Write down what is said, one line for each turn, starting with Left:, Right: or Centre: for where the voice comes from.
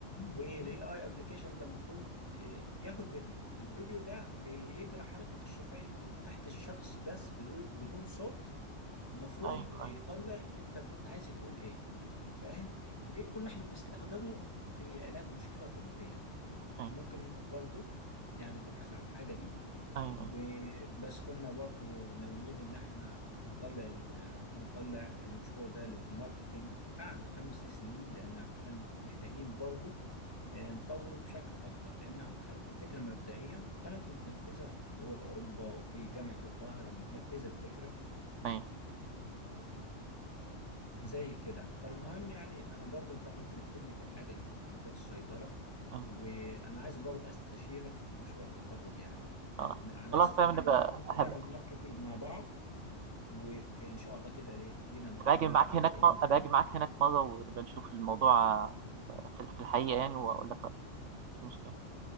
Left: والاي اي ابلكيشن ده المفروض آه، ياخد فيديو الفيديو ده بيجرى حركة الشفايف تحت الشخص بس بدو- بدون صوت المفروض
Right: ايوه
Left: يطلع
Right: ايوه
Left: انت كنت عايز تقول ايه فاهم دي كنا احنا بنستخدمه في علاج مشكلة طبية
Right: ايوه
Left: ممكن انت برضو يعني تبحث على الحاجة دي
Right: ايوه
Left: وبس كنا برضو ناويين ان احنا نطلع ال- نطلع المشروع ده للماركتينج بعد خمس سنين لان كان محتاجين برضو آه، نطوره بشكل اكتر لانها كانت الفكرة مبدئية كانت متنفذة في دول اوروبا وفي جامعة القاهرة متنفذة الفكرة
Right: ايوه
Left: زي كده فالمهم يعني انا برضو انت ممكن تفيدني في الحاجه دي في مجال الصيدله
Right: أيوه.
Left: وانا عايز برضو استشيرك في مشروع التخرج يعني
Right: اه
Left: احنا على
Right: خلاص
Left: اساس
Right: تمام
Left: ان احنا
Right: نبقى
Left: إيه، نعمل
Right: هب-
Left: ماركتينج مع بعض وان شاء الله كده لي- لينا مقابله
Right: هبقى اجي معاك
Left: قريبه
Right: هناك م- هبقى اجي معاك هناك مرة ونبقى نشوف الموضوع آه، في في الحقيقة يعني واقول لك رأيي مش مشكلة